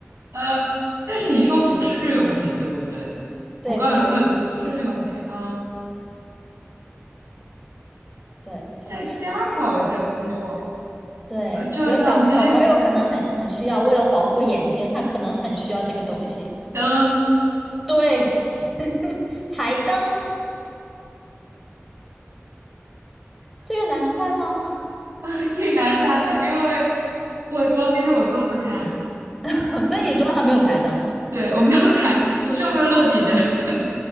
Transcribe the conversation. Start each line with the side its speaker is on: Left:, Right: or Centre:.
Right: 呃，但是你说不是日用品，对不对？我刚有问，
Centre: 对，不是日用品，
Right: 不是日用品，嗯，
Centre: 对，它不是。
Right: 在家搞一些工作，
Centre: 对，
Right: 呃，照相机、
Centre: 我觉得小小朋友可能很很需要，为了保护眼睛，他可能很需要这个东西。
Right: 灯。
Centre: 对，台灯，这个难猜吗？
Right: <laughs> 挺难猜的，因为我光盯着我桌子看，
Centre: <laughs> 所以你桌上没有台灯
Right: 对，我没有猜，我是用个落地的，<laughs> 所以